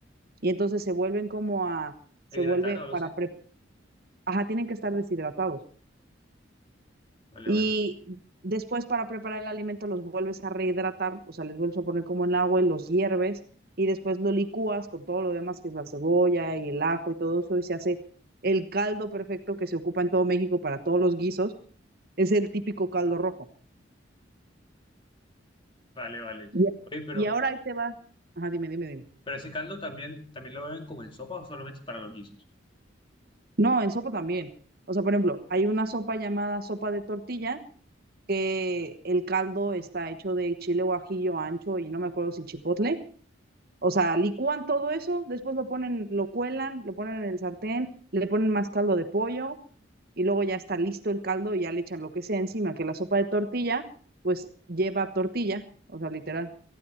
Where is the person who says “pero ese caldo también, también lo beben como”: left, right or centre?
Left